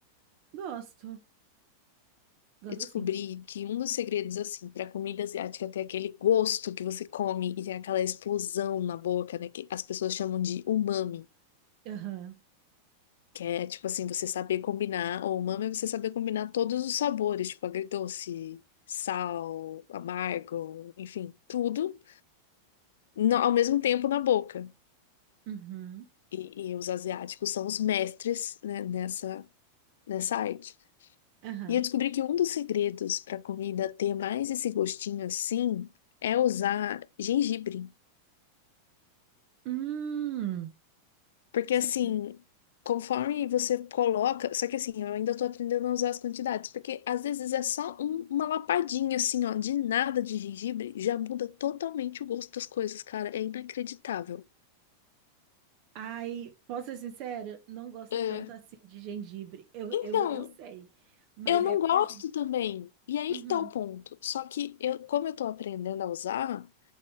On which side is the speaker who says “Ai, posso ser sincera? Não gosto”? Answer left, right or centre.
Right